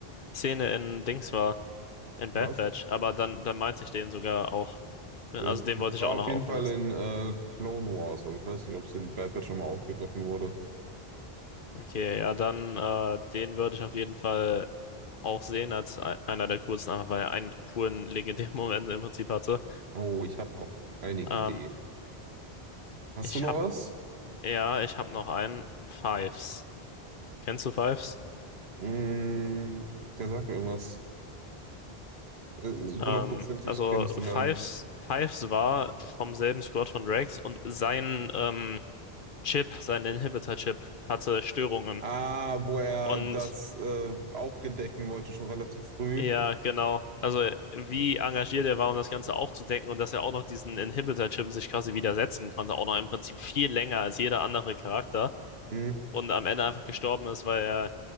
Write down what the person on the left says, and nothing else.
Szene in Dings war. In
Bad Batch, aber dann, dann meinte ich den sogar auch. ne,
Also
den wollte
ich auch
noch
offen
lassen.
Okay, ja, dann äh, den würde ich auf jeden Fall auch sehen als ei- einer der coolsten, einfach weil er einen coolen, <laughs> legendären Moment im Prinzip hatte.
Ähm,
ich
hab,
ja, ich hab noch einen. Fives. Kennst du Fives?
Ähm,
also
Fives,
Fives war vom selben Squad von Rex und sein ähm, Chip, sein Inhibitor-Chip hatte Störungen.
Und
Ja, genau. Also wie engagiert er war, um das Ganze aufzudecken und dass er auch noch diesen Inhibitor-Chip sich quasi widersetzen konnte, auch noch im Prinzip viel länger als jeder andere Charakter
und am Ende einfach gestorben ist, weil er